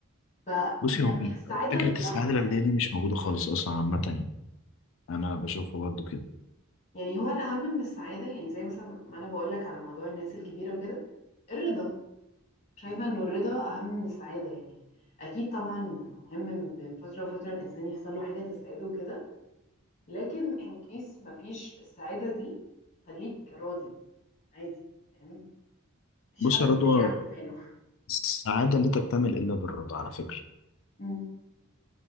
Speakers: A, on the left; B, on the left.
A: ف
B: بصي
A: يعني
B: هو
A: السعادة
B: فكرة
A: لحظة
B: السعادة الأبدية دي مش موجودة خالص أصلا عامة يعني أنا بشوفها برضه كده
A: يعني هو الأهم من السعادة يعني زي مثلا ما أنا بقولك على موضوع الناس الكبيرة وكده الرضا شايفة إنه الرضا أهم من السعادة يعني أكيد طبعا مهم بين فترة وفترة الإنسان يحصل له حاجة تسعده وكده لكن إن كيس مفيش السعادة دي خليك راضي عادي فاهم مفيش
B: بص
A: حد بيضايقك
B: يا رضوى
A: في حاله
B: السعادة لا تكتمل إلا بالرضا على فكرة
A: أمم،